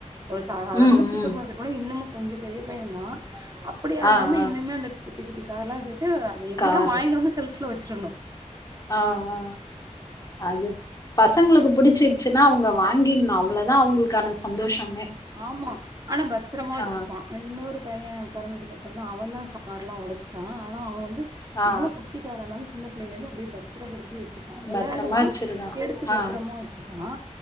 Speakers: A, on the right; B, on the left.
A: ஒரு சதாரணமா
B: ம்
A: சூப்பர்
B: ம்
A: மார்க்கெட் போனா இன்னமு கொஞ்சோ பெரிய பையன்தா அப்டியா இருந்தாலுமே
B: ஆ ஆ
A: இன்னுமே அந்த குட்டி குட்டி கார் எல்லா கேட்டு அது எப்டினா
B: காரு
A: வாங்கிட்டு வந்து செல்ஃப்ல வச்சிருணு
B: ஆ ஆ அது பசங்களுக்கு புடிச்சிருச்சுன்னா அவுங்க வாங்கின்னு அவ்ளோதா அவுங்களுக்கான சந்தோஷமே
A: ஆமா ஆனா பத்ரமா வச்சுப்பா
B: ஆ
A: இன்னொரு பைய பிறந்ததுக்கு அப்றோ அவன்தா கார்ல்லா ஒடச்சிட்டா ஆனா அவன் வந்து
B: ஆ
A: இவ்ளோ குட் குட்டி காரா இருந்தாலு சின்ன பிள்ளையிருந்து அப்டியே பத் பத்திரப்படுத்தி வச்சுப்பா விளயாடுவா
B: பத்திரமா வச்சிருக்கான்
A: எடுத்து பத்திரமா
B: ஆ
A: வச்சுப்பா